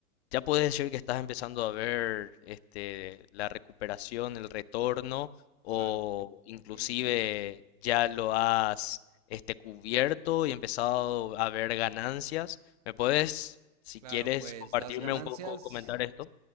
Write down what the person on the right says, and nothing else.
Claro,
eh,
claro,
pues
las ganancias,